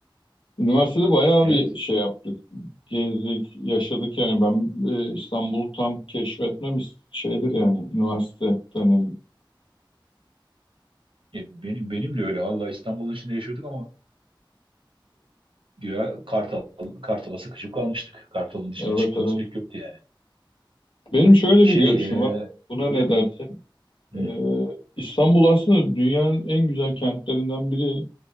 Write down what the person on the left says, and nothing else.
Üniversitede bayağı
bir şey yaptık. Gezdik, yaşadık yani. Ben e, İstanbul'u tam keşfetmem is- şeydir yani üniversite dönemi.
Evet
evet.
Benim şöyle
bir görüşüm
var. Buna
ne dersin?
Ee, İstanbul aslında dünyanın en güzel kentlerinden biri.